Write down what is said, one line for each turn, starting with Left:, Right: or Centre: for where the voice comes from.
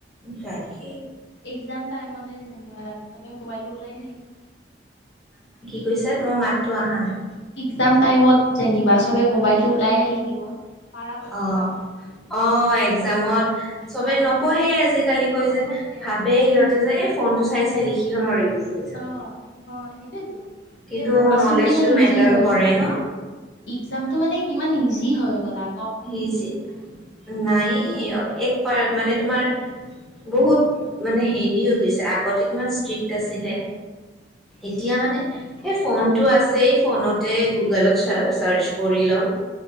Centre: তাকে
Left: একজাম টাইমতে যেনেকা চবে মোবাইলটো ওলাইহে লিখে।
Centre: বুইছা তোমাৰ মাতটো অহা নাই।
Left: এক্জাম টাইমত যেনিবা চবে মোবাইলটো ওলাইহে লিখিব। পাৰাপক্ষত
Centre: অ অ, একজামত চবে
Left: আহ
Centre: নপঢ়ে আজিকালি কৈ
Left: নপঢ়ে
Centre: যে ভাবে সিহঁতে যে এই ফোনটো চাই চাই লিখি লম আৰু ইজি হৈ যাব।
Left: আহ অ সেইটোয়েতো
Centre: কিন্তু
Left: ভাবাচোন
Centre: নলেজটো
Left: কিমান ইজি
Centre: মেটাৰ
Left: হৈ
Centre: কৰে
Left: গল।
Centre: ন
Left: একজামতটো মানে ইমান ইজি হৈ গ'লা
Centre: ইজি, নায়েই এক পাৰ মানে তোমাৰ বহুত মানে হেৰি হৈ গৈছে আগতে কিমান ষ্ট্ৰিক্ট আছিলে। এতিয়া মানে, এই ফোন টো আছেই ফোনতে গুগলত চা চাৰ্চ কৰি ল'ম।